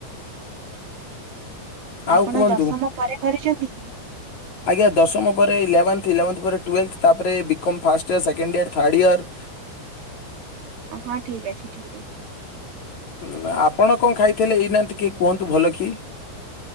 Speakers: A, on the right (about 60°); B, on the left (about 45°).
A: ଆପଣ
B: ଆଉ କୁହନ୍ତୁ।
A: ଦଶମ ପରେ କରିଛନ୍ତି କି?
B: ଆଜ୍ଞା ଦଶମ ପରେ ଇଲେଭେନ୍ଥ ଇଲେଭେନ୍ଥ ପରେ ଟୁଏଲେଭେନ୍ଥ ତାପରେ B com first year second year third year.
A: ହଁ ଠିକ ଅଛି ଠିକ ଅଛି।
B: ଉଁ ଆପଣ କଣ ଖାଇଥିଲେ ଏଇନାହାନ୍ତି କି କୁହନ୍ତୁ ଭଲ କି।